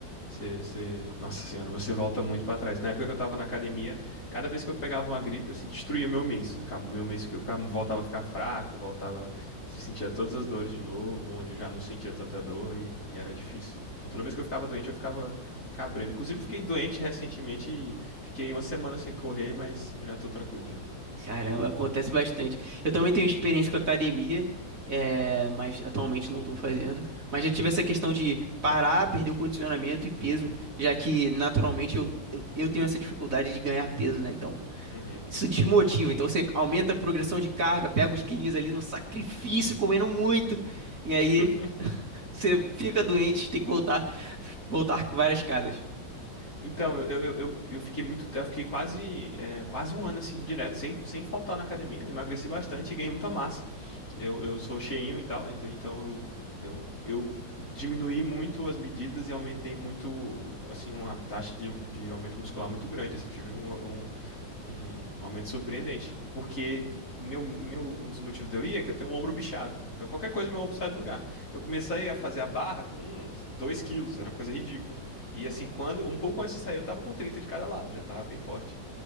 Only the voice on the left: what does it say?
Você, você... Nossa senhora, você volta muito pra trás. Na época que eu tava na academia, cada vez que eu pegava uma gripe, eu assim, destruía meu mês. Acaba meu mês que eu ficava, voltava a ficar fraco, voltava, se sentia todas as dores de novo, onde eu já não sentia tanta dor e, e era difícil. Então toda vez que eu ficava doente, eu ficava cabreiro. Inclusive, fiquei doente recentemente e fiquei uma semana sem correr, mas já tô tranquilo de novo.
Uhum.
<laughs>
Então, eu, eu, eu, eu fiquei muito, eu fiquei quase, é, quase um ano assim, direto, sem, sem faltar na academia. Eu emagreci bastante e ganhei muita massa. Eu, eu sou cheinho e tal, ent- então eu, eu, eu diminuí muito as medidas e aumentei muito, assim, uma taxa de, de aumento muscular muito grande, assim, tive um, um, um aumento surpreendente, porque meu, meu, um dos motivos de eu ir é que eu tenho um ombro bichado, então qualquer coisa meu ombro sai do lugar. Eu comecei a fazer a barra com 2 quilos, era uma coisa ridícula, e assim, quando, um pouco antes de sair eu tava com 30 de cada lado, já tava bem forte.